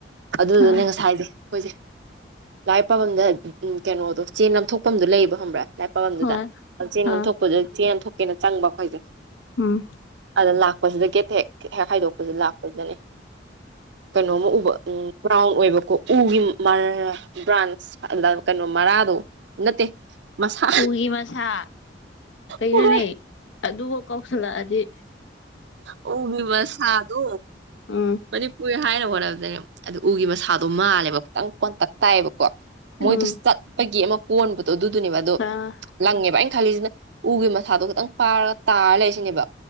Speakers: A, on the right; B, on the left.
A: ꯑꯗꯨꯗꯨꯅꯦ
B: ꯑꯥ
A: ꯉꯁꯥꯏꯁꯦ ꯑꯩꯈꯣꯏꯁꯦ ꯂꯥꯏ ꯄꯥꯐꯝꯝꯗ ꯀꯩꯅꯣꯗꯣ ꯆꯦ ꯅꯝꯊꯣꯛꯐꯝꯗꯣ ꯂꯩꯕ ꯈꯪꯕ꯭ꯔꯥ ꯂꯥꯛꯄꯝꯗꯨꯗꯆꯦꯜ
B: ꯍꯣꯏ
A: ꯅꯝꯊꯣꯛꯄꯗ
B: ꯑꯥ
A: ꯆ ꯀꯩꯅꯣ ꯆꯪꯕ ꯑꯩꯈꯣꯏꯁꯦ
B: ꯎꯝ
A: ꯑꯗ ꯂꯥꯛꯄꯁꯤꯗ ꯀꯦꯇ ꯍꯦꯛꯦ ꯍꯦꯛ ꯈꯥꯏꯗꯣꯛꯄꯁꯨ ꯂꯥꯛꯄꯁꯤꯅꯅꯦ ꯀꯩꯅꯣꯃ ꯎꯕ ꯎꯝ ꯥꯎꯟ ꯑꯣꯏꯕꯀꯣ ꯎꯒꯤ ꯕ꯭ꯔꯥꯟꯁ ꯀꯩꯅꯣ ꯃꯔꯥꯗꯣ ꯅꯠꯇꯦ ꯃꯁꯥ
B: ꯎꯒꯤ ꯃꯁꯥ ꯀꯩꯅꯣꯅꯤ
A: ꯍꯣꯏ
B: ꯑꯗꯨꯕꯨ ꯀꯧꯁꯤꯜꯂꯛꯑꯗꯤ ꯎ
A: ꯑꯣ ꯃꯤꯕꯁ ꯁꯥꯗꯣ
B: ꯎꯝ
A: ꯃꯅꯤ ꯄꯨ ꯊꯥꯏꯅ ꯍꯣꯠꯅꯕꯗꯅꯦ ꯑꯗꯨ ꯎꯒꯤ ꯃꯁꯥꯗꯣ ꯃꯥꯜꯂꯕ ꯈꯤꯇꯪ ꯀꯣꯟꯇꯛ ꯇꯥꯏꯑꯕ ꯀꯣ ꯃꯣꯏꯗ
B: ꯎꯝ
A: ꯆꯠꯄꯒꯤ ꯑꯃ ꯍꯣꯟ ꯑꯗꯨꯗꯨꯗꯨꯅꯤꯕꯗꯣ
B: ꯑꯥ
A: ꯂꯪꯉꯦ ꯥꯏ ꯈꯂꯤꯁꯤꯅ ꯎꯒꯤ ꯃꯊꯥꯗꯣ ꯈꯤꯇꯪ ꯄꯥꯔꯒ ꯇꯥꯔ ꯂꯩꯁꯤꯅꯦꯕ